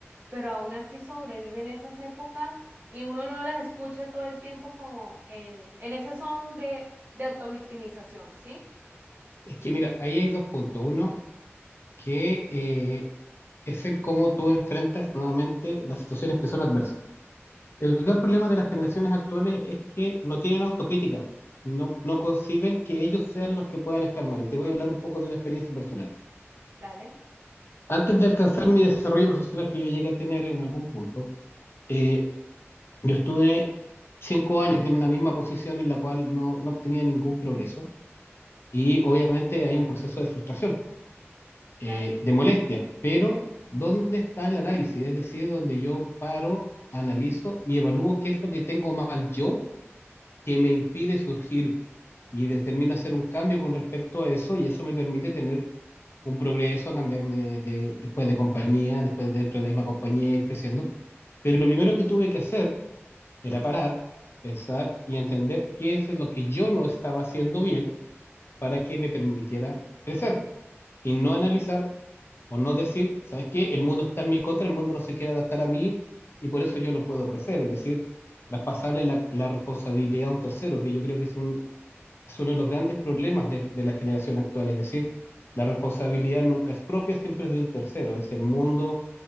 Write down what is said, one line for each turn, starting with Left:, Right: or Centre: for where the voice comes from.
Right: pero aún así sobreviven esas épocas y uno no las escucha todo el tiempo como en, en ese son de, de autovictimización, ¿sí?
Left: Es que, mira, ahí hay dos puntos. Uno, que eh, es el cómo tú enfrentas nuevamente las situaciones que son adversas. El gran problema de las generaciones actuales es que no tienen autocrítica, no, no conciben que ellos sean los que puedan estar mal. Y te voy a hablar un poco de una experiencia personal.
Right: Dale,
Left: Antes de alcanzar mi desarrollo profesional que yo llegué a tener en algún punto, eh, yo estuve cinco años en una misma posición en la cual no, no obtenía ningún progreso. Y obviamente hay un proceso de frustración
Right: claro.
Left: eh, de molestia, pero ¿dónde está el análisis? Es decir, donde yo paro, analizo y evalúo qué es lo que tengo mal yo que me impide surgir y determino hacer un cambio con respecto a eso y eso me permite tener un progreso, cambiarme de, de- después de compañía, después de dentro de la misma compañía, ir creciendo. Pero lo primero que tuve que hacer era parar, pensar y entender qué es lo que yo no estaba haciendo bien para que me permitiera crecer y no analizar O no decir, ¿sabes qué? El mundo está en mi contra, el mundo no se quiere adaptar a mí y por eso yo no puedo crecer. Es decir, traspasarle la, la responsabilidad a un tercero, que yo creo que es, un, es uno de los grandes problemas de, de la generación actual. Es decir, la responsabilidad nunca es propia, siempre es de un tercero. Es el mundo,